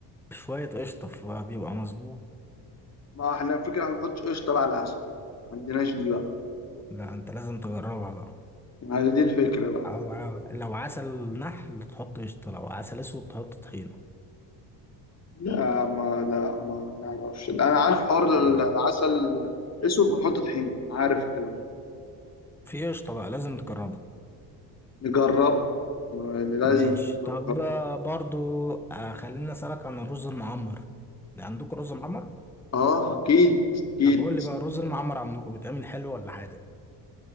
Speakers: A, in the centre; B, on the left.
A: بشوية قشطة فبيبقى مظبوط
B: ما احنا الفكره ما بنحطش قشطه بقى على العسل ما عندناش دي بقى
A: لا انت لازم تجربها بقى
B: يعني دي الفكره بقى
A: او أو- لو عسل نحل تحط قشطة لو عسل اسود تحط طحينة
B: لا ما لا ما نعرفش انا عارف حوار
A: لا
B: العسل اسود بنحط طحينه عارف الكلام ده
A: في قشطة بقى لازم تجربها
B: نجرب يعني لازم
A: ماشي
B: نجرب
A: طب
B: نجرب.
A: آه، برضو آه، خليني اسألك عن الرز المعمر عندكم رز معمر
B: اه اكيد اكيد
A: طب قول لي بقى الرز المعمر عندكم بيتعمل حلو ولا حادق؟